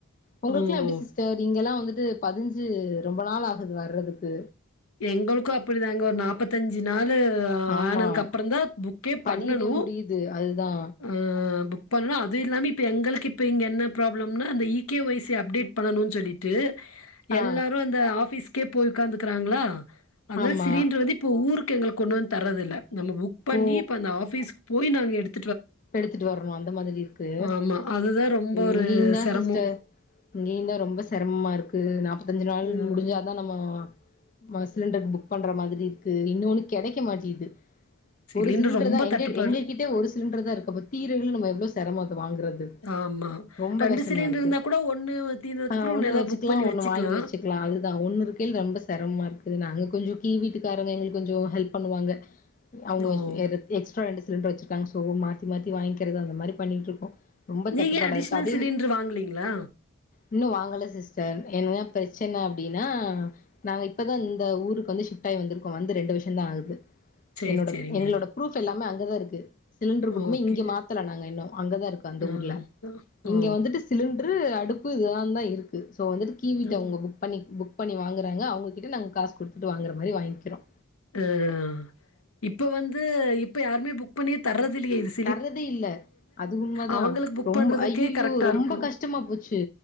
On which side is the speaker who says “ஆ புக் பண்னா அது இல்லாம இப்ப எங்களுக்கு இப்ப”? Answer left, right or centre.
Left